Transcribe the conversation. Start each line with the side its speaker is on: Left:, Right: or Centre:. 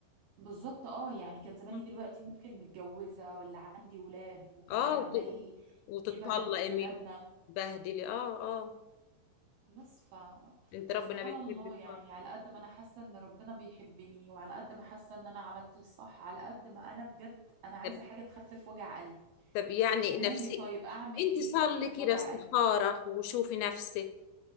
Right: بالظبط اه يعني كان زماني
Left: مم.
Right: دلوقتي ممكن متجوزة ولا عندي ولاد وكمان
Left: اه
Right: عمال
Left: وت... وتطلقي
Right: يبهدل في ولادنا
Left: من بهدلي اه اه
Right: بس ف...
Left: انت
Right: فسبحان
Left: ربنا بيحبك
Right: الله يعني
Left: طبعا.
Right: على قد ما انا حاسه ان ربنا بيحبني وعلى قد ما حاسه ان انا عملت الصح على قد ما انا بجد انا عايزه
Left: طب
Right: حاجه تخفف وجع قلبي
Left: طب يعني
Right: طب قولي
Left: نفسي
Right: لي طيب اعمل
Left: انت
Right: ايه
Left: صلي
Right: يخفف
Left: كده
Right: وجع
Left: استخارة
Right: قلبي
Left: وشوفي نفسك